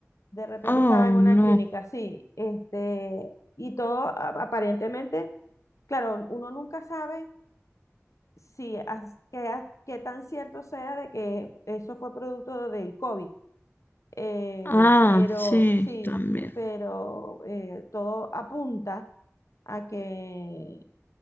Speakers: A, on the left; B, on the left.
A: De repente
B: Oh,
A: estaba en una
B: no.
A: clínica, sí, este, y todo a- aparentemente, claro, uno nunca sabe si as- qué, a- qué tan cierto sea de que eso fue producto del COVID, eh,
B: Ah,
A: pero
B: sí,
A: sí,
B: también,
A: pero eh, todo apunta a que